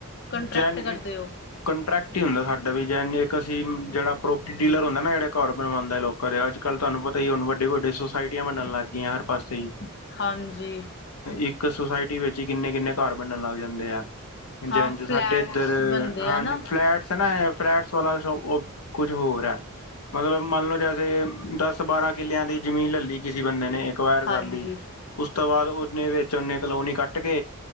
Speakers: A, on the left (about 55°); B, on the left (about 85°).
A: ਕੰਟਰੈਕਟ
B: ਜੈਨ
A: ਕਰਦੇ ਓ।
B: ਕੰਟਰੈਕਟ ਹੀ ਹੁੰਦਾ, ਸਾਡਾ ਵੀ ਇੱਕ ਅਸੀਂ ਜਿਹੜਾ ਪ੍ਰੋਪਰਟੀ ਡੀਲਰ ਹੁੰਦਾ ਨਾ ਜਿਹੜਾ ਘਰ ਬਣਵਾਂਦੇ ਲੋਕ। ਕਰ ਅੱਜ ਕੱਲ੍ਹ ਤੁਹਾਨੂੰ ਪਤਾ ਹੀ, ਹੁਣ ਵੱਡੇ -ਵੱਡੇ ਸੋਸਾਇਟੀਆਂ ਬਣਨ ਲੱਗ ਗਈਆਂ ਹਰ ਪਾਸੇ ਹੀ।
A: ਹਾਂਜੀ।
B: ਇੱਕ ਸੁਸਾਇਟੀ ਵਿੱਚ ਕਿੰਨੇ ਕਿੰਨੇ ਘਰ ਬਣਨ ਲੱਗ ਜਾਂਦੇ ਆ। ਹਾਂਜੀ-ਹਾਂਜੀ
A: ਹਾਂ
B: ਸਾਡੇ
A: ਫਲੈਟਸ
B: ਇੱਧਰ
A: ਬਣਦੇ
B: ਹਾਂਜੀ
A: ਆ ਨਾ
B: ਫਲੈਟਸ ਨਾ। ਫਲੈਟਸ ਵਾਲਾ ਸ਼ੋ ਕੁਝ ਹੋਰ ਐ। ਮਤਲਬ ਮੰਨ ਲਓ ਜੈਸੇ ਦਸ ਬਾਰਾਂ ਕਿੱਲਿਆਂ ਦੀ ਜ਼ਮੀਨ ਲੈ ਲੀ ਕਿਸੇ ਬੰਦੇ ਨੇ। ਕਰ
A: ਹਾਂਜੀ
B: ਲਈ ਉਸ ਤੋਂ ਬਾਅਦ ਉਹਨੇ ਵਿੱਚ ਓਨੇ ਕਲੋਨੀ ਕੱਟ ਕੇ